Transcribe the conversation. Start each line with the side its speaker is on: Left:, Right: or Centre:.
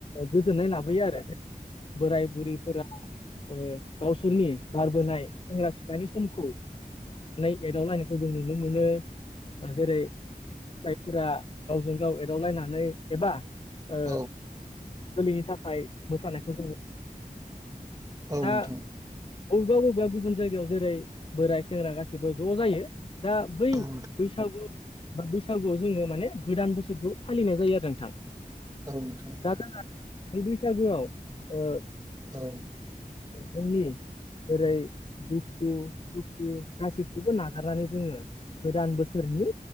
Left: गोजोननाय लाबोयो आरो बोराय बुरैफोरा ओ गावसोरनि गारबोनाय सेंग्रा सिख्लानि समखौ नानै एदावलायनायखौ जों नुनो मोनो जेरै फोर गावजों गाव एदावलायनानै एबा ओ
Right: औ
Left: जोलैनि थाखाय मोसानायखौ जों
Right: औ नोंथां औ नोंथां औ नोंथां औ नोंथां औ नोंथां औ
Left: दा
Right: नोंथां
Left: बबेबा बबेबा गुबुन जायगायाव जेरै बोराय सेंग्रा गासिबो ज' जायो- दा बै
Right: औ
Left: बैसागु बा बैसागुआव जोङो माने गोदान बोसोरखौ फालिनाय जायो आरो नोंथां।
Right: औ नोंथां।
Left: दा जोहा नै बैसागोआव ओ
Right: औ।
Left: जोंनि जेरै' दुखु, सुखु गासैखौबो नागारनानै जोङो गोदान बोसोरनि